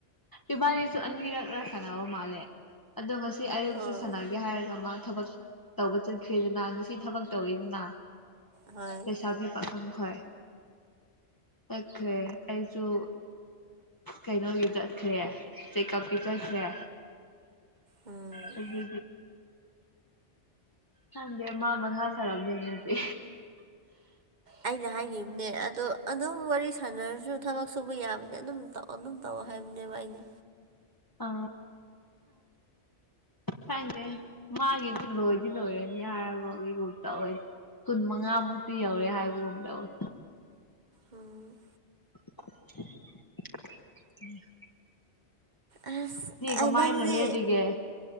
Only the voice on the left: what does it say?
ꯏꯕꯥꯅꯤꯁꯨ ꯑꯅꯤꯔꯛꯅ ꯁꯅꯕ ꯃꯥꯜꯂꯦ ꯑꯗꯣ ꯉꯁꯤ ꯑꯌꯨꯛꯁ
ꯁꯥꯟꯅꯒꯦ ꯍꯥꯏꯔꯒ ꯃꯥ ꯊꯕꯛ ꯇꯧꯕ ꯆꯠꯈ꯭ꯔꯦꯗꯅ ꯉꯁꯤ ꯊꯕꯛ ꯇꯧꯋꯤꯗꯅ
ꯄꯩꯁꯥ ꯄꯤ ꯄꯥꯈꯪꯈꯣꯏ ꯆꯈ꯭ꯔꯦ ꯑꯩꯁꯨ ꯀꯩꯅꯣꯒꯤ ꯆꯠꯈ꯭ꯔꯦ ꯆꯦꯛꯑꯞꯀꯤ ꯆꯠꯈ꯭ꯔꯦ
ꯍꯧꯕꯤ ꯍꯥꯡꯗ ꯃ ꯃꯅꯍꯁꯔꯝꯗꯅꯗꯤ
ꯑ ꯈꯪꯗꯦ ꯃꯥꯒꯤ ꯂꯣꯏꯗꯤ ꯂꯣꯏꯔꯅꯤ ꯍꯥꯏꯔꯕꯒꯤꯒꯨꯝ ꯇ ꯑꯣꯏ ꯀꯨꯟ ꯃꯉꯥꯃꯨꯛꯇꯤ ꯌꯧꯔꯦ ꯍꯥꯏꯕꯒꯨꯝ ꯇꯧꯋꯦ
ꯎꯝ <unintelligible>
ꯀꯃꯥꯏꯅ
ꯂꯦꯜꯂꯤꯒꯦ